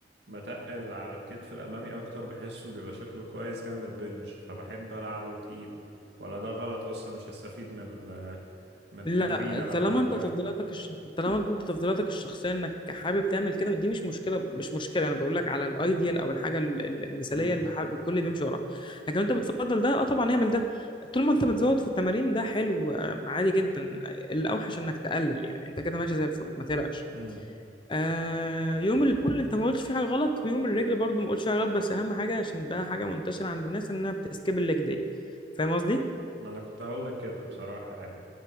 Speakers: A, on the right (about 75°); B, on the left (about 25°).
A: بتقل على الكتف الأمامي أكتر بحسه بيبقى شكله كويس جنب البنج فبحب ألعبه تقيل ولا ده غلط أصلا مش هستفيد من ال من التمرينة
B: لا
A: لو
B: طالما
A: عملتها
B: انت تفضيلاتك الش... طالما انت تفضيلاتك الشخصيه انك حابب تعمل كده دي مش مشكله مش مشكله انا بقول لك على الايديال او الحاجه ال- ال- المثاليه
A: امم
B: اللي حابب الكل بيمشي وراها لكن انت بتفضل ده اه طبعا اعمل ده طول ما انت بتزود في التمارين ده حلو آه، عادي جدا الاوحش انك تقلل يعني انت كده ماشي زي الفل ما تقلقش
A: امم
B: آه يوم البول انت ما قلتش فيه حاجه غلط ويوم الرجل برضو ما قلتش فيه حاجه غلط بس اهم حاجه عشان ده حاجه منتشره عند الناس انها بتسكيب الليج دي فاهم قصدي
A: ما أنا كنت هقول لك كده بصراحة يعني